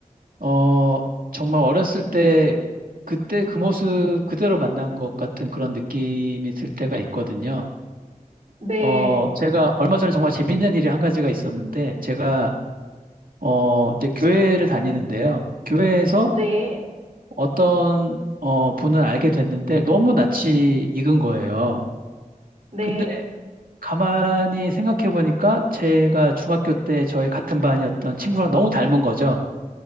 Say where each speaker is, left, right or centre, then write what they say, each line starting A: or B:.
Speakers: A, on the right (about 85°); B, on the right (about 60°).
A: 어, 정말 어렸을 때 그때 그 모습 그대로 만난 것 같은 그런 느낌이 들 때가 있거든요.
B: 네,
A: 어, 제가 얼마 전에 정말 재밌는 일이 한 가지가 있었는데 제가 어, 이제 교회를 다니는데요. 교회에서
B: 네,
A: 어떤 어, 분을 알게 됐는데 너무 낯이 익은 거예요.
B: 네.
A: 근데 가만히 생각해 보니까 제가 중학교 때 저희 같은 반이었던 친구랑 너무 닮은 거죠.